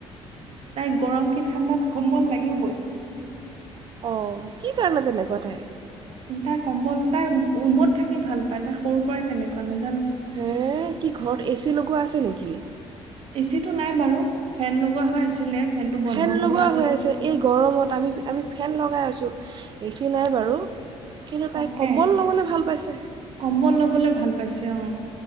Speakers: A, on the right (about 55°); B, on the right (about 40°).
A: তাই গৰম কি ঠাণ্ডাত কম্বল লাগিবই।
B: অ' কি কাৰণে তেনেকুৱা তাই?
A: উম্ তাই কম্বল তাই উমত থাকি ভাল পায় তাই সৰু পৰাই তেনেকুৱা নাজা-
B: হে কি ঘৰত এ চি লগোৱা আছে- নেকি?
A: বেচিটো নাই বাৰু ফেন লগোৱা হৈ আছিলে। ফেনটো বন্ধ
B: ফেন
A: কৰোৱা
B: লগোৱা
A: গ'ল
B: হৈ আছে, এই গৰমত আমি আমি ফেন লগাই আছোঁ। এ চি নাই বাৰু কিন্তু
A: তাকে
B: তাই কম্বল ল'বলৈ ভাল পাইছে।
A: কম্বল ল'বলে ভাল পাইছে অ